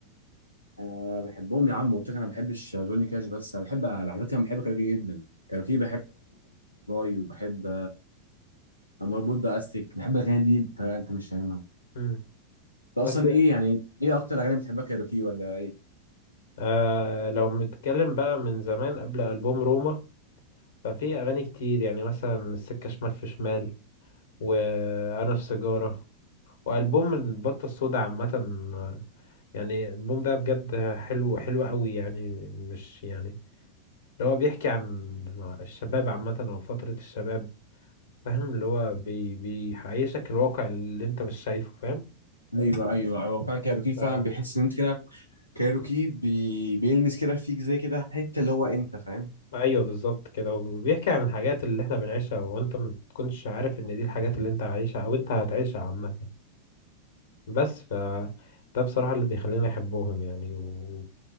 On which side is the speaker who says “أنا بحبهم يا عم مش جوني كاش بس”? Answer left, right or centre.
Left